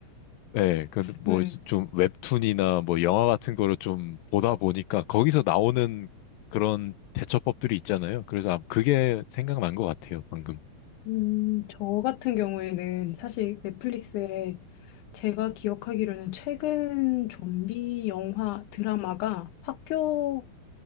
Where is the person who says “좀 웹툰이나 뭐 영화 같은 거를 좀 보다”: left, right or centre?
Left